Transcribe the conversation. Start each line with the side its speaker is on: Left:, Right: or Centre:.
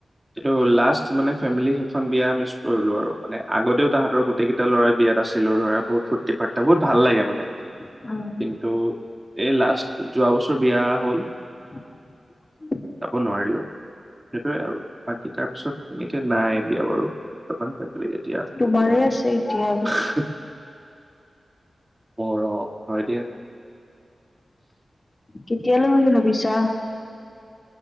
Right: এটো লাষ্ট মানে ফেমিলি সেইখন বিয়া মিচ কৰিলো আৰু। মানে আগতেও তাহাতৰ গোটেকেইটা ল'ৰা বিয়াত আছিলো ধৰা বহুত ফুৰ্তি ফাৰ্তা বহুত ভাল লাগে মানে।
Left: অ'।
Right: কিন্তু এই লাষ্ট যোৱা বছৰ বিয়া হ'ল।
Left: <inaudible>
Right: যাব নোৱাৰিলো। সেইটোৱে আৰু বাকী তাৰপিছত তেনেকে নাই এতিয়া বাৰু। বৰ্তমান <unintelligible>
Left: তোমাৰে আছে এতিয়া আৰু।
Right: <unintelligible> মোৰ অ' হয় দিয়া।
Left: কেতিয়ালৈ বুলি ভাবিছা?